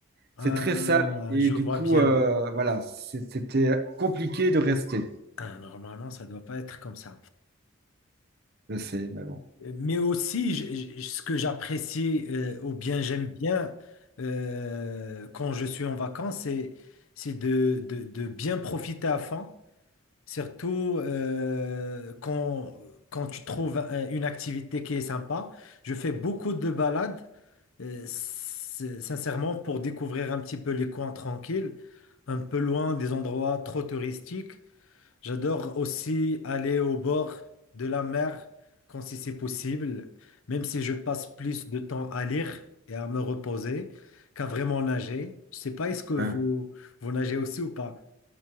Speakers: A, on the left; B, on the right.
A: ah,
B: C'est très sale et
A: je
B: du
A: vois
B: coup,
A: bien.
B: euh, voilà, c'est- c'était compliqué de rester.
A: Ah, normalement, ça ne doit pas être comme ça.
B: Je sais, mais bon.
A: Euh, Mais aussi, je- je- ce que j'apprécie, euh, ou bien j'aime bien euh, quand je suis en vacances, c'est c'est de, de, de bien profiter à fond Surtout euh, quand, quand tu trouves euh, une activité qui est sympa. Je fais beaucoup de balades, euh, s- sincèrement, pour découvrir un petit peu les coins tranquilles, un peu loin des endroits trop touristiques. J'adore aussi aller au bord de la mer quand si c'est possible, même si je passe plus de temps à lire et à me reposer qu'à vraiment nager. Je sais pas, est-ce que vous,
B: Hein.
A: vous nagez aussi ou pas?